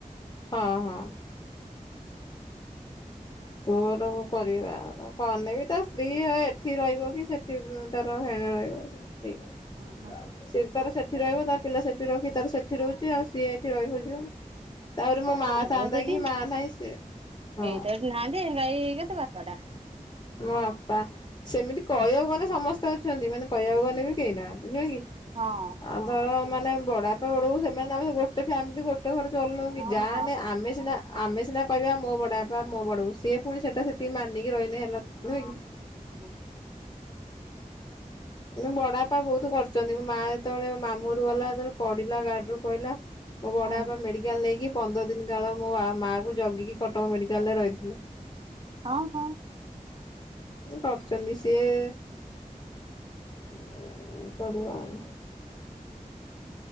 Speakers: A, on the left; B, on the right.
A: ହଁ, ହଁ। ପୁଅର କରିବା, <unintelligible> ବି ତାସ୍ ଦି ଭାଇ ଏଠି ରହିବ, କି ସେଠି ତାର ହେଣେ ରହିବ ଠିକ୍ ନାହିଁ?
B: ଅହଁ।
A: ସିଏ ତାର ସେଠି ରହିବ, ତାର ପିଲା ସେଠି ରଖି ତାର ସେଠି ରହୁଛି ଆଉ। ସିଏ ଏଠି ରହିବ <unintelligible> ତା'ପରେ
B: ହଁ
A: ମୋ ମାଁ
B: ତାର
A: ଥାନ୍ତା
B: ହଉ ସେଠି
A: କି,
B: ହଁ
A: ମା ନାହିଁ, ସେ ହଁ
B: ତ ଏଠି କେହି ନାହାନ୍ତି ଗାଈ କେତେ ବାପା ଟା।
A: ମୋ ବାପା ସେମିତି କହି ହବନି ସମସ୍ତେ ଅଛନ୍ତିମାନେ କହିବାକୁ ଗନେ ବି କେହି ନାହାନ୍ତି ନୁହେଁ କି।
B: ହଁ
A: ଆଉ ଧର ମାନେ ବଡାପା ବଡବୋଉ ସେମାନେ ଆମେ ଗୋଟେ ଫ୍ୟାମିଲି ଗୋଟେ ଗୋଟେ ଘର ଚଲୁନୁକି
B: ହଁ
A: ଯାହା ହେନେ ଆମେ ସିନା ଆମେ ସିନା କହିବା ମୋ ବଡ ବାପା ମୋ ବଡବୋଉ ସିଏ ପୁଣି ସେଟା ସେ ସେତିକି ମାନିକି ରହିନେ ହେଲା। ନୁହେଁ କି?
B: ହୁଁ।
A: ହେଲେ ମୋ ବଡଆପା ବୋହୁତ କରି ଚନ୍ତି ମୋ ମା ଯେତେବେଳେ ମାମୁଁ ଘରକୁ ଗଲାଯେତେବେଳେ ପଡିଲା ଗାଡିରୁ ପ ମୋ ବଡ
B: ହୁଁ
A: ଆପା ମେଡିକାଲ ନେଇକି ପନ୍ଦର ଦିନି କାଳ ମୋ ମାକୁ ଜଗିକି କଟକ ମେଡିକାଲରେ ରହିଥିଲେ।
B: ହଁ ହଁ।
A: କରୁଚନ୍ତି ସିଏ <unintelligible>